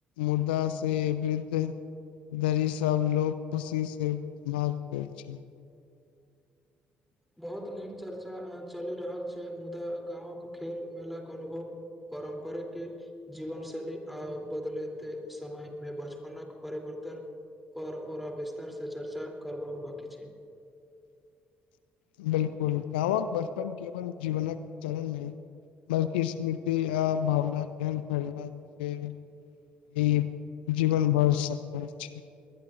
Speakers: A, on the left; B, in the centre.
A: मुदा से वृद्ध धर ई सभ लोक खुशी से भाग लैय छैय <inaudible>
B: बहुत नीक चर्चा चलि रहल छैय मुदा गाँवक खेल मेलाक अनुभव करब परिक जीवन शैली आ बदलेते समय में। बचपनक परिवर्तन कर और विस्तार से चर्चा करबा बाकी छैय
A: <inaudible> बिलकुल गाँवक बचपन केवल जीवनक चलन नई बल्कि स्मृति आ भावना के एहन खोलने छैइ ई जीवन बढं सकै छैइ